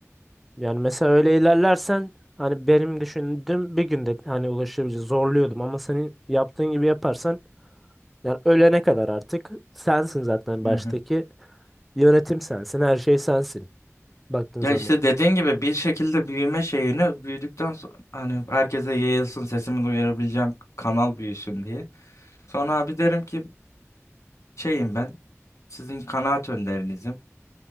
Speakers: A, in the centre; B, on the left (about 75°).
A: yani mesela öyle ilerlersen hani benim düşündüğüm bir günde hani ulaşabileceğim zorluyordum ama senin yaptığın gibi yaparsan yani ölene kadar artık sensin zaten baştaki
B: Hı hı.
A: yönetim sensin her şey sensin baktığın
B: Ya
A: zaman.
B: işte dediğin gibi bir şekilde büyüme şeyini büyüdükten sonra hani herkese yayılsın sesimi duyurabileceğim kanal büyüsün diye. Sonra abi derim ki şeyim ben sizin kanaat önderinizim.